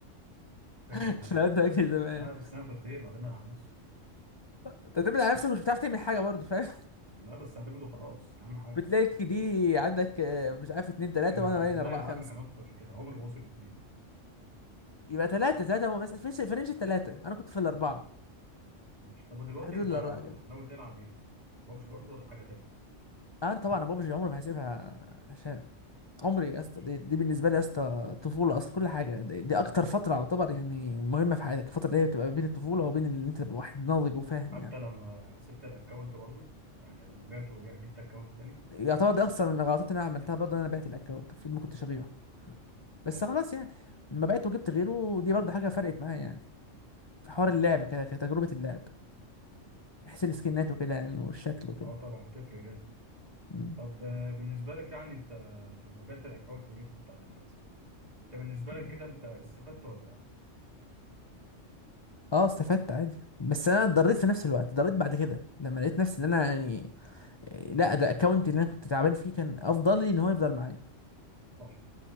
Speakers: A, on the right (about 30°); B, on the left (about 40°).
A: فاكر
B: <laughs>
A: الايام
B: لا
A: دي
B: ده كده زمان
A: لا بس انا كنت ايه بعتمد على نفسي
B: انت تعتمد على نفسك مش بتعرف تعمل حاجه برضو فاهم
A: لا بس اعتمد وخلاص اهم حاجه
B: بتلاقي دي عندك آه، مش عارف اتنين تلاتة
A: كان
B: وانا باين
A: لا
B: اربعة
A: يا عم
B: خمسة
A: كان اكتر من كده عمر ما وصل اتنين
B: يبقى تلاتة تلاتة بس في في رينج التلاتة انا كنت في الاربعة
A: ماشي طب ودلوقتي
B: في حدود
A: انت
B: الاربعة كده
A: ناوي تلعب ايه بابجي برضه ولا حاجه تاني
B: آه، انا طبعا بابجي عمري ما هسيبها هشام عمري
A: ماشي
B: يا اسطى دي, دي بالنسبة لي يا اسطى طفولة اصلا كل حاجة دي, دي اكتر فترة يعتبر يعني مهمة في حياتك الفترة اللي هي بتبقى بين الطفولة وبين اللي انت تبقى واحد ناضج وفاهم
A: حتى
B: يعني
A: لما سبت الاكونت برضه يعني لما بعته وجبت اكونت تاني
B: يعتبر ده اصلا من الغلطات اللي انا عملتها برضه إن انا بعت الاكونت المفروض ما كنتش ابيعه بس
A: آم،
B: خلاص يعني لما بعته وجبت غيره دي برضه حاجة فرقت معايا يعني في حوار
A: ماشي
B: اللعب كده كتجربة اللعب بحيث السكنات وكده يعني والشكل وكده
A: اه طبعا تفرق جامد
B: مم.
A: طب آه، بالنسبه لك يعني انت لما بعت الاكونت وجبت بتاع دلوقتي انت بالنسبه
B: مم.
A: لك كده انت استفدت ولا لا
B: اه استفدت عادي بس انا اتضريت في نفس الوقت اتضريت بعد كده لما لقيت نفسي ان انا يعني إيه، لا ده الاكونت اللي انا كنت تعبان فيه كان افضل لي ان هو يفضل معايا
A: صح